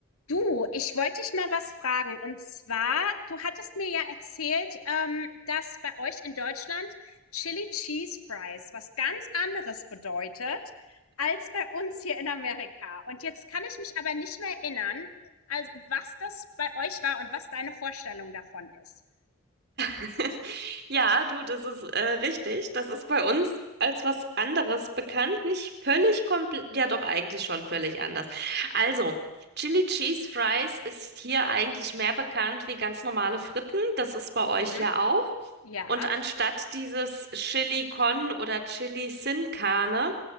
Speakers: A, on the left; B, on the right.
A: Du, ich wollte dich mal was fragen. Und zwar, du hattest mir ja erzählt, ähm, dass bei euch in Deutschland Chili Cheese Fries was ganz anderes bedeutet als bei uns hier in Amerika. Und jetzt kann ich mich aber nicht mehr erinnern, also was das bei euch war und was deine Vorstellung davon ist.
B: <laughs> Ja, du, das ist äh, richtig. Das ist bei uns als was anderes bekannt. Nicht völlig komplett, ja doch eigentlich schon völlig anders. Also, Chili Cheese Fries ist hier eigentlich mehr bekannt wie ganz normale Fritten. Das ist bei euch
A: Mhm.
B: ja auch.
A: Ja,
B: Und anstatt dieses Chili Con oder Chili Sin Carne